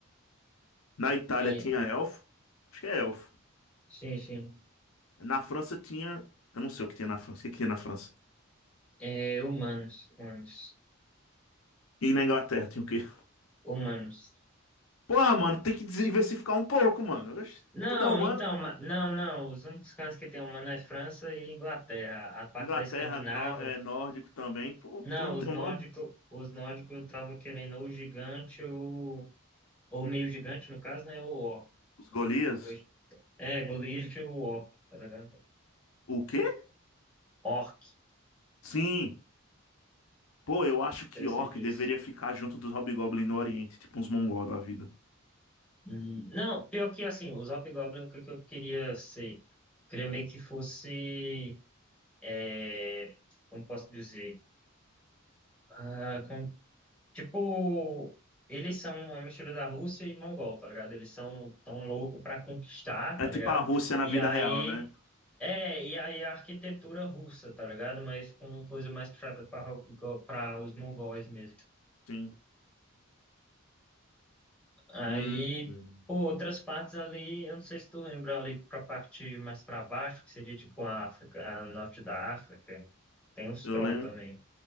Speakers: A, on the left; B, in the centre.
A: Na Itália
B: é,
A: tinha elfo. Acho que é elfo.
B: sim, sim.
A: Na França tinha. Eu não sei o que tinha na França. O que que tinha na França?
B: É, humanos, humanos,
A: E na Inglaterra tinha o quê? <laughs>
B: humanos.
A: Porra, mano, tem que diversificar um pouco, mano. Oxe,
B: Não,
A: tudo é humano.
B: então, ma- não, não. Os únicos cantos que tem humano é França e Inglaterra. A parte
A: Inglaterra
B: da Escandinávia.
A: nó- é nórdico também. Pô,
B: Não,
A: todo mundo
B: os
A: tem
B: nórdicos,
A: humano.
B: os nórdicos eu tava querendo ou gigante ou, ou meio gigante, no caso, né? Ou orc.
A: Os Golias.
B: Entre os dois. É, Goliath e o orc, tá ligado?
A: O quê?
B: Orc,
A: Sim. Pô, eu acho que
B: esses
A: Orc
B: dois.
A: deveria ficar junto dos Hobgoblin no Oriente, tipo uns mongol da vida.
B: Hum, não, pior que assim, os hobgoblins é o que que eu queria ser. Queria meio que fosse. É, como posso dizer? Ah, Tipo, eles são uma mistura da Rússia e Mongol, tá ligado? Eles são tão loucos pra conquistar,
A: É
B: tá
A: tipo
B: ligado?
A: a Rússia na
B: E
A: vida
B: aí.
A: real, né?
B: É, e aí a arquitetura russa, tá ligado? Mas com uma coisa mais puxada para os mongóis mesmo.
A: Sim.
B: Aí,
A: Hum, hum.
B: pô, outras partes ali, eu não sei se tu lembra ali pra parte mais pra baixo, que seria tipo a África, a norte da África, tem os
A: Eu
B: troll
A: lembro.
B: também.